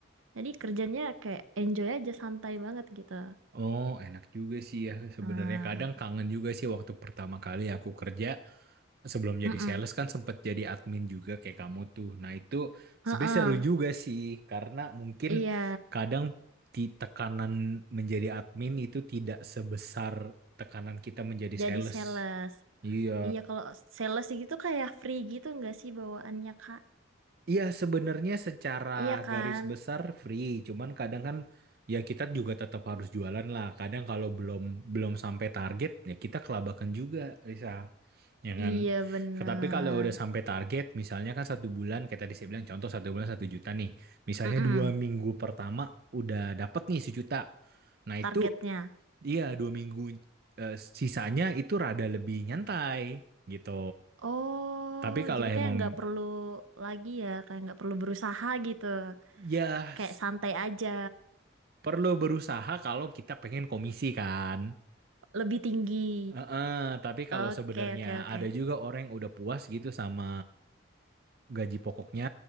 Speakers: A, on the right; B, on the right.
A: Jadi kerjanya kayak enjoy aja, santai banget gitu.
B: Oh, enak juga sih ya. Sebenarnya
A: Nah,
B: kadang kangen juga sih waktu pertama kali aku kerja sebelum jadi
A: mm-mm.
B: sales kan sempet jadi admin juga kayak kamu tuh. Nah, itu
A: Heeh,
B: sebenarnya seru juga sih karena mungkin
A: Iya,
B: kadang ti- tekanan menjadi admin itu tidak sebesar tekanan kita menjadi
A: jadi
B: sales.
A: sales.
B: Iya.
A: Iya kalau sales gitu kayak free gitu nggak sih bawaannya Kak?
B: Iya, sebenarnya secara
A: Iya kan?
B: garis besar free, cuman kadang kan ya kita juga tetap harus jualan lah. Kadang kalau belum belum sampai target ya kita kelabakan juga, Risa, ya kan.
A: Iya bener.
B: Tapi kalau udah sampai target, misalnya kan satu bulan, kayak tadi saya bilang contoh satu bulan satu juta nih, misalnya
A: Mm-mm,
B: dua minggu pertama udah dapet nih sejuta. Nah
A: targetnya.
B: itu, iya dua minggu eh, sisanya itu rada lebih nyantai gitu.
A: Oh,
B: Tapi kalau
A: jadi
B: emang
A: kayak nggak perlu lagi ya, kayak nggak perlu berusaha gitu.
B: ya
A: Kayak santai aja,
B: perlu berusaha kalau kita pengen komisi kan.
A: lebih tinggi.
B: Heeh, tapi kalau
A: Oke,
B: sebenarnya
A: oke, oke.
B: ada juga orang yang udah puas gitu sama gaji pokoknya,